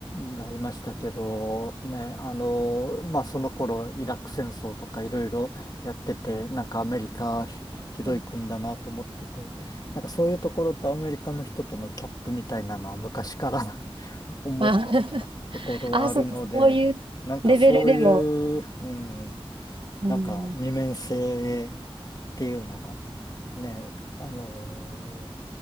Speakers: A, on the left; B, on the right.
A: がいましたけど、ね、あの、まあ、その頃、イラク戦争とかいろいろやってて、なんかアメリカひひどい国だなと思ってて、
B: うん。
A: なんかそういうところとアメリカの人とのギャップみたいなのは昔から <laughs> 思っていたところはあるので、
B: あ <laughs> あ、そうか。そういうレベルでも。
A: なんかそういう、うん、
B: うん、
A: なんか二面性っていうのが、ね、あの